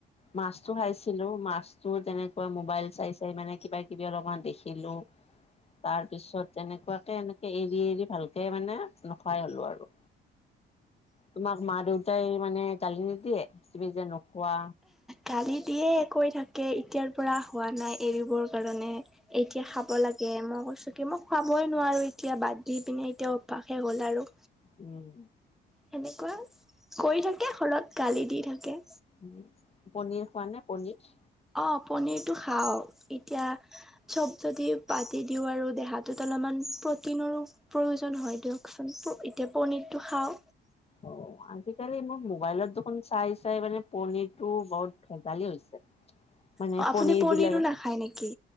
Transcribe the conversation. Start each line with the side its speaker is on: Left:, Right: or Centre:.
Left: মাছটো খাইছিলোঁ মাছটো তেনেকৈ মোবাইল চাই চাই মানে কিবা কিবি অলপমান দেখিলোঁ। তাৰ পিছত তেনেকুৱাকে এনেকে এৰি এৰি ভালকে মানে নোখোৱাই হ'লো আৰু। তোমাক মা দেউতাই মানে গালি নিদিয়ে তুমি যে নোখোৱা।
Centre: গালি দিয়ে কৈ থাকে এতিয়াৰ পৰা হোৱা নাই এৰিবৰ কাৰণে। এতিয়া খাব লাগে মই কৈছোঁ কি মই খুৱাবই নোৱাৰোঁ এতিয়া বাদ দি পিনে এতিয়া অভ্যাসে হ'ল আৰু।
Left: উম।
Centre: সেনেকৈ কয় থাকে ঘৰত গালি দি থাকে।
Left: উম, পনীৰ খোৱা নে পনীৰ?
Centre: অ' পনীৰটো খাওঁ, এতিয়া চব যদি বাদে দিওঁ আৰু দেহাটোত অলপমান প্ৰটিনৰো প্ৰয়োজন হয় দিয়কচোন প-এতিয়া পনীৰটো খাওঁ।
Left: অ' আজিকালি মোৰ মোবাইলত দেখোন চাই চাই মানে পনীৰটো বৰ ভেজালি হৈছে। মানে
Centre: অ আপুনি
Left: পনীৰ
Centre: পনীৰো
Left: বিলাক।
Centre: নাখায় নেকি?